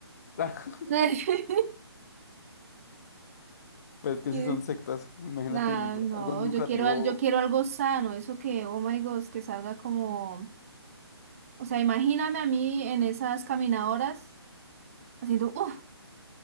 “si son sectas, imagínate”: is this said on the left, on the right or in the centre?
Left